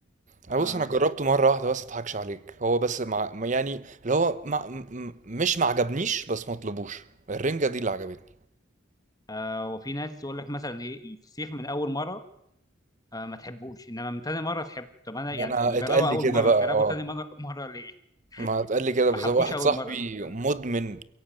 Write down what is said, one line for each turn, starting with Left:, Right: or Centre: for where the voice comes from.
Right: انا
Left: آه
Right: بص انا جربته مره واحده بس اضحكش عليك هو بس مع ما يعني اللي هو مع... م- م- مش معجبنيش بس مطلبوش الرنجة دي اللي عجبتني
Left: آه وفي ناس تقول لك مثلا ايه الفسيخ من اول مره آه ما تحبوش انما من تاني مره تحبه طب انا يعني
Right: انا
Left: اللي جربه
Right: اتقال
Left: اول
Right: لي كده
Left: مره
Right: بقى
Left: جربه
Right: اه
Left: تاني مره <laughs> مره ليه
Right: ما اتقال لي كده
Left: اللي ما
Right: بالظبط
Left: حبوش
Right: واحد
Left: اول
Right: صاحبي
Left: مره
Right: مدمن
Left: آه